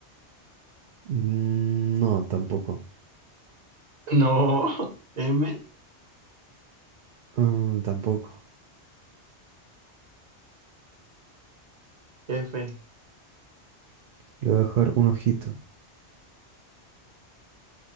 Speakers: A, on the right; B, on the right.
A: Mm, No, tampoco.
B: no, <laughs> M,
A: Mm, tampoco.
B: F,
A: Le voy a dejar un ojito.